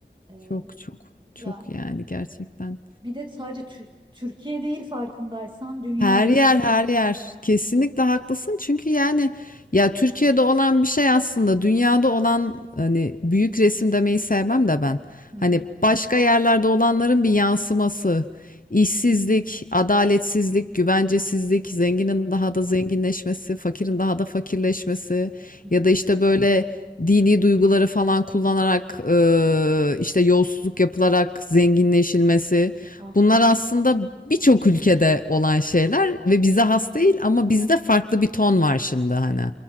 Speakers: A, on the right; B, on the left.
A: E,
B: çok çok
A: yani.
B: çok yani gerçekten.
A: Bir de sadece Tü- Türkiye değil farkındaysan dünya
B: Her
A: değişiyor.
B: yer her yer. Kesinlikle haklısın. Çünkü yani ya Türkiye'de olan bir şey aslında dünyada olan hani büyük resim demeyi sevmem de ben.
A: Hı hı,
B: Hani başka yerlerde olanların bir yansıması. İşsizlik, adaletsizlik, güvencesizlik, zenginin daha da zenginleşmesi, fakirin daha da fakirleşmesi
A: hı hı.
B: ya da işte böyle dini duyguları falan kullanarak eee, işte yolsuzluk yapılarak zenginleşilmesi.
A: Ah
B: Bunlar
A: ah.
B: aslında birçok ülkede olan şeyler ve bize has değil ama bizde farklı bir ton var şimdi hani.